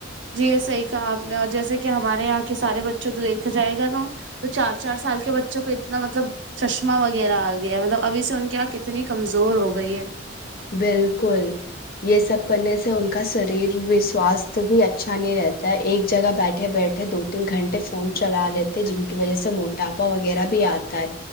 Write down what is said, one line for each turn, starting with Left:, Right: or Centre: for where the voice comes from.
Right: جی یہ صحیح کہا آپ نے اور جیسے کہ ہمارے یہاں کے سارے بچوں تو دیکھا جائے گا نا تو چار چار سال کے بچوں کو اتنا مطلب چشمہ وغیرہ آ گیا ہے مطلب ابھی سے ان کی آنکھ اتنی کمزور ہو گئی ہے
Left: بالکل یہ سب کرنے سے ان کا شریر سواستھ بھی اچھا نہیں رہتا ایک جگہ بیٹھے بیٹھے دو تین گھنٹے فون چلا لیتے جن کی وجہ سے موٹاپا وغیرہ بھی آتا ہے